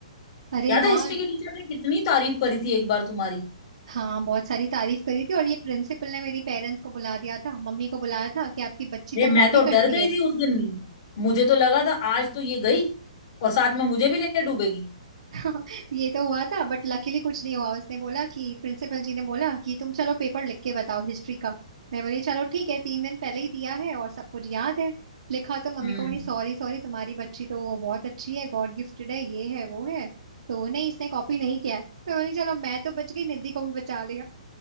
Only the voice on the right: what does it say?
अरे
हाँ
हाँ बहुत सारी तारीफ करी थी और ये प्रिंसिपल ने मेरी पेरेंट्स को बुला दिया था मम्मी को बुलाया था कि आपकी बच्ची
तो
कॉपी
करती
है
<laughs> ये तो हुआ था बट लकीली कुछ नहीं हुआ उसने बोला कि प्रिंसिपल जी ने बोला कि तुम चलो पेपर लिख के बताओ हिस्ट्री का मैं बोली चलो ठीक है तीन दिन पहले ही दिया है और सब कुछ याद है लिखा तो मम्मी
को बोली सॉरी सॉरी तुम्हारी बच्ची तो बहुत अच्छी है गॉड गिफ्टेड है ये है वो है तो नहीं इसने कॉपी नहीं किया है मैं बोली चलो मैं तो बच गई निधि को भी बचा